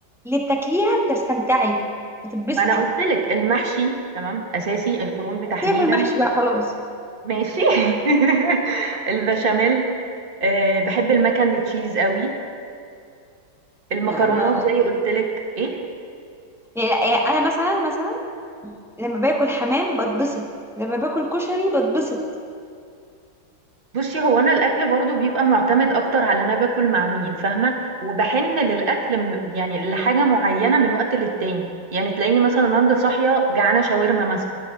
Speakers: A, in the centre; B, on the right.
A: اللي بتاكليها بتستمتعي بتتبسطي
B: ما أنا قُلت لِك المحشي تمام، أساسي، الكرنب تحديدًا
A: سيبك من المحشي بقى خلاص
B: ماشي <laughs> البشاميل آه، بحب المكن دي تشيز قوي المكرونات
A: لا ما
B: زي قلت لك ايه
A: يعني, لا يعني انا مثلا مثلا لما باكل حمام بتبسط لما باكل كشري بتبسط
B: بصي هو انا الاكل برضو بيبقى معتمد اكتر على انا باكل مع مين فاهمه وبحن للاكل م- يعني لحاجه معينه من وقت للتاني يعني تلاقيني مثلا النهارده صاحيه جعانه شاورما مثلا